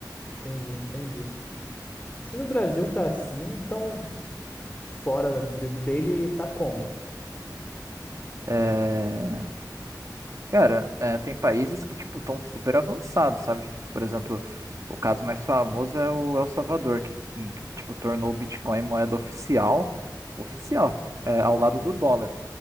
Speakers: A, on the left (about 20°); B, on the right (about 45°).
A: entendi, entendi. Se no Brasil tá assim, então fora de- dele tá como?
B: Eh, Cara, é, tem países que, tipo, estão super avançados, sabe? Por exemplo, o caso mais famoso é o El Salvador, que, hum, tipo, tornou o Bitcoin moeda oficial, oficial, é, ao lado do dólar.